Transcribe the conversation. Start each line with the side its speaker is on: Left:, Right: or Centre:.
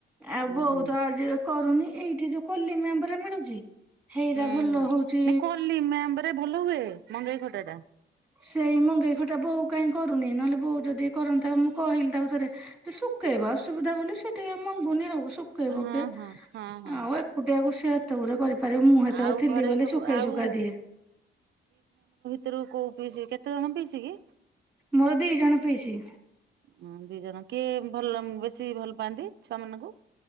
Centre: ଆଉ
Right: ହୁଁ
Centre: ବୋଉତ
Right: ହୁଁ
Centre: ଆଜି କରୁନି ଏଇଠି ଯୋଉ! କଲିମି ଆମ୍ବ ରେ ମିଳୁଛି! ହେଇରା
Right: ହୁଁ
Centre: ଭଲ ହଉଛି
Right: ନଁ କଲିମି ଆମ୍ବ ରେ ଭଲ ହୁଏ ମଙ୍ଗେଇ ଖଟା ଟା!
Centre: ସେଇ ମଙ୍ଗେଇ ଖଟା ବୋଉ କାହିଁ କରୁନି ନହେଲେ ବୋଉ ଯଦି କରନ୍ତା ଆଉ ମୁଁ କହିଲି ତାଉ ଥରେ! ଶୁଖେଇବା ଅସୁବିଧା ବୋଲି ସେ ଟିକେ ମଙ୍ଗୁନି ହବ ଶୁଖେଇବ
Right: ହଁ
Centre: କି
Right: ହଁ ହଁ ହଁ।
Centre: ଆଉ ଏକୁଟିଆକୁ ସେ! ତରେ କରିପାରିବ ମୁଁ ସେତେବେଳେ
Right: ଆଉ
Centre: ଥିଲି
Right: ଘରେ
Centre: ବୋଲି
Right: ସବୁ
Centre: ଶୁଖେଇ
Right: ଆଉ
Centre: ସୁଖା ଦିଏ!
Right: କେରୁ କୋଉ ପିଇସି କେତେ ଜଣ ପିଇସି କି?
Centre: ମୋର ଦି ଜଣ ପିଇସି!
Right: ହ ଦି ଜଣ କିଏ ଭଲ ବେଶୀ ଭଲ ପାଆନ୍ତି ଛୁଆ ମାନଙ୍କୁ?